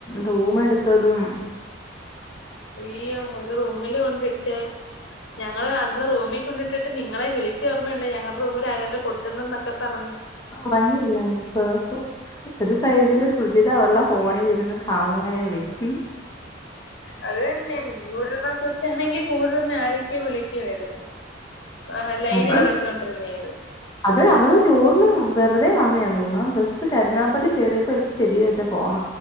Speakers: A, on the left (about 20°); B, on the left (about 70°).
A: റൂം എടുത്തതും
B: അയ്യോ ഒരു റൂമില് കൊണ്ടിട്ട് ഞങ്ങള് അന്ന് റൂമിൽ കൊണ്ടിട്ട് ന്നിട്ട് നിങ്ങളെ വിളിച്ചയോർമ്മയണ്ടേ ഞങ്ങളുടെ റൂമിൽ ആരാണ്ട് കൊട്ടുന്നന്നൊക്കെ പറഞ്ഞു
A: മണിയില്ലാ പേഴ്‌സു ഒരു സൈഡില് സുചിത ഉള്ള ഫോണിലിരുന്ന് കാമുകനെ വിളിക്കുന്നു
B: അത് തന്നെ ഇന്നൂട്ന്നാ കൊച്ചാണെങ്കി കൂടുതൽും ആരൊക്കെ വിളിക്കുവാര്ന്ന് ആഹ ലൈനേ
A: അത്
B: വിളിച്ചോണ്ടിരിന്നാ നത്
A: അത് അവള് ടൂറിന് വെറുതെ വന്നതാ തോന്നുന്നു ബസ് കരുനാപ്പള്ളി കയറിയപ്പോ ചെവി വെച്ചാ ഫോണ